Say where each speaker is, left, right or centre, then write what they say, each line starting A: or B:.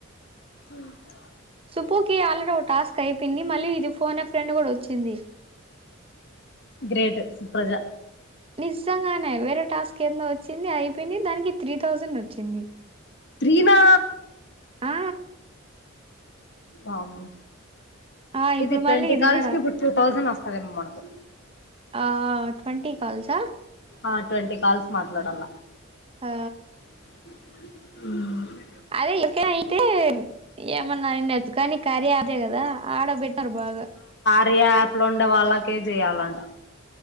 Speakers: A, on the left; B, on the right.
A: ఉంటా
B: సుప్పూ కి ఆల్రెడీ ఒక టాస్క్ కై పోంది మళ్ళీ ఇది ఫోనే ఏ ఫ్రెండ్ కూడా వచ్చింది
A: గ్రేట్ సుప్రజా
B: నిజంగానే వేరే టాస్క్ ఎందో వచ్చింది అయిపోయింది దానికి త్రీ థౌజండ్ వచ్చింది
A: ప్రీమా
B: ఆ
A: వామ్మో
B: ఆ ఇప్పుడు
A: ఇది ట్వంటీ
B: మళ్ళీ
A: కాల్స్
B: కూడా
A: కి ఇప్పుడు టూ థౌసండ్ వస్తుదమ్ మనకు
B: ఆ ట్వంటీ కాల్సా
A: ఆ ట్వంటీ కాల్స్ మాట్లాడల్ల
B: ఆ
A: ఉమ్
B: అదే ఇక్కన అయితే ఏమన్నా నెత్తుకొని కార్యాదే కదా ఆడబెట్టినారు బాగా
A: రీ యాప్ లు ఉండే వాళ్ళకే చేయాలంట